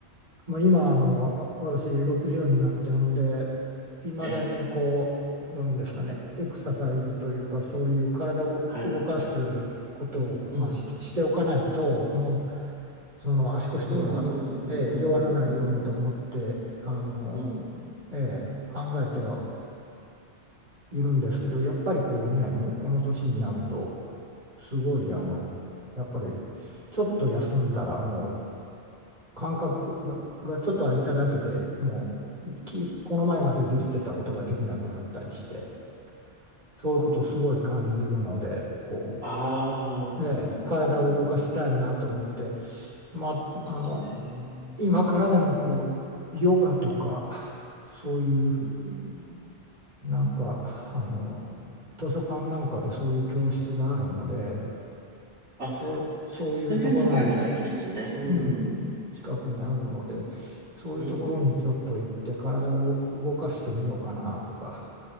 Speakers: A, on the right; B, on the right.
A: まあ、今あのあ私60になってほんでいまだにこうどういうんですかねエクササイズというかそういう体を動かすことを、
B: ええ、はい。うん。
A: まあ、し、しておかないともうその足腰が、
B: うん、うん、うん、
A: ええ弱らないようにと思ってあの、
B: うん、うん、うん、うん。うん。
A: ええ考えてはいるんですけどやっぱりこうねもうこの年になるとすごいあのやっぱりちょっと休んだらもう感覚ががちょっと空いただけでもうきこの前までできてたことができなくなったりしてそういうことをすごい感じるのでこ
B: ああ、うん、
A: う、ええ体を動かしたいなと思って。
B: うん、うん、うん。
A: まあ、
B: そうですね。
A: あの今からでもこうヨガとかそういう
B: うん。
A: なんかあの図書館なんかでそういう教室があるので
B: あ、
A: そう、そういうところに、
B: そういうのがあるのはいいですね。うん。
A: うん、近くにあるのでそういうところにちょっと行って体を動かしてみようかなとか
B: うん。で